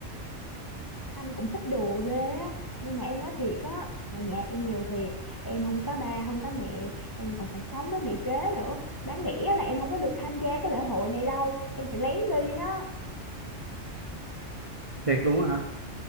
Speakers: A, on the left (about 15°); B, on the right (about 30°).
A: anh cũng thích đùa ghê á nhưng mà em nói thiệt á là nhà em nghèo thiệt em không có ba không có mẹ em còn phải sống với mẹ kế nữa đáng lẽ là em không có được tham gia cái lễ hội này đâu em phải lén đi đó
B: thiệt luôn á hả